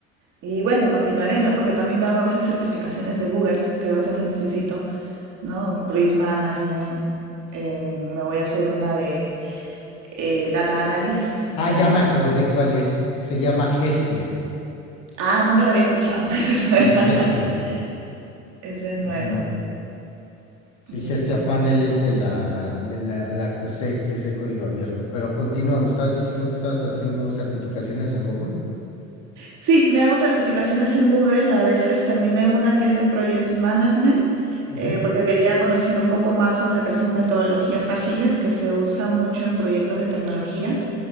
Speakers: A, on the right; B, on the left.
A: Y bueno, y continuaré, ¿no? Porque también me hago a veces certificaciones de Google, que a veces las necesito. ¿no? Risk Management. eh, me voy a hacer una de eh, Data Analysis
B: Ah,
A: para...
B: ya me acordé cuál es. Se llama Gestia.
A: Ah, nunca la había escuchado. <laughs> Esa es
B: Sí,
A: nueva.
B: Gestia.
A: <laughs> Esa es nueva.
B: Ujú. Sí, Gestia
A: Listo.
B: Panel es de la, de la, la que usé, que es de código abierto. Pero continúa, me estabas diciendo que estabas haciendo certificaciones en Google.
A: Sí, me hago certificaciones en Google. A veces terminé una que es de Project Management,
B: Ujú,
A: eh, porque quería conocer un poco más sobre qué son metodologías ágiles que se usan mucho en proyectos de tecnología.